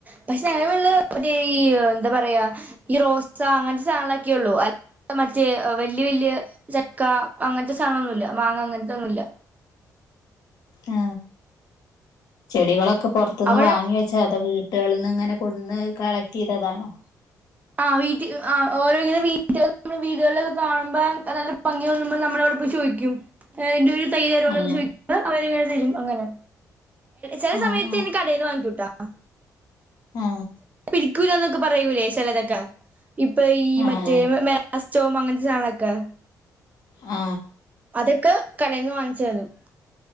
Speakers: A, on the right; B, on the left.
A: പക്ഷെ ഞങ്ങടെ വീട്ടില് മറ്റേ എന്താ പറയാ ഈ റോസ അങ്ങനത്തെ സാധനങ്ങളൊക്കെയുള്ളൂ അ മറ്റേ വലിയ വല്യ ചക്ക അങ്ങനത്തെ സാധനങ്ങളൊന്നുമില്ല മാങ്ങ അങ്ങനത്തെ ഒന്നുംമില്ല
B: ആ ചെടികളൊ ക്കെ പൊറത്തുന്ന്
A: അവിടെ
B: വാങ്ങി വെച്ചാ അത് വീട്ടി എവിടുന്നെങ്ങനെ കൊന്ന് കളക്റ്റ് ചെയ്തതാണോ
A: ആ വീട്ടി ആ ഓരോ ഇങ്ങനെ വീട്ടി ചെല വീടുകളിലൊക്കെ കാണുമ്പോ നല്ല ഭംഗി തോന്നുമ്പോ നമ്മള അവിടെ പോയി ചോദിക്കും എന്റെ ഒരു തൈ തരോന്ന്
B: ആഹ്
A: ചോദിക്കുമ്പോ അവര് തൈ <unintelligible> തരും അങ്ങനെ ചെല
B: ആഹ്
A: സമയത്ത് ഇനി കടേന്ന് വാങ്ങികൂട്ടോ അ
B: ആ
A: പിടിക്കൂലാന്നൊക്കെ പ് പറയൂലേ ചെലരക്ക ഇപ്പൊ ഈ
B: ആഹ്
A: മറ്റേ മമേ അസ്റ്റവും അങ്ങനത്തെ ഷാളൊക്കെ
B: ആ
A: അതൊക്ക് കടേന്ന് വാങ്ങിച്ചാലും